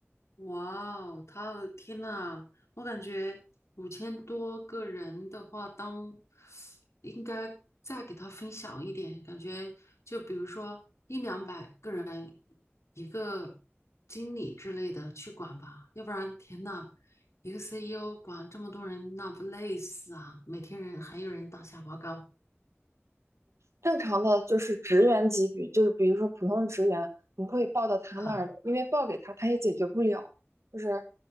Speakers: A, on the left; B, on the right.
A: 哇哦，他的天呐，我感觉五千多个人的话，当应该再给他分小一点，感觉就比如说一两百个人一个经理之类的去管吧，要不然天呐，一个 CEO 管这么多人，那不累死啊！每天人还有人打小报告
B: 正常的就是职员级别，就是比如说普通职员不会报到他那儿，
A: 啊，
B: 因为报给他他也解决不了，就是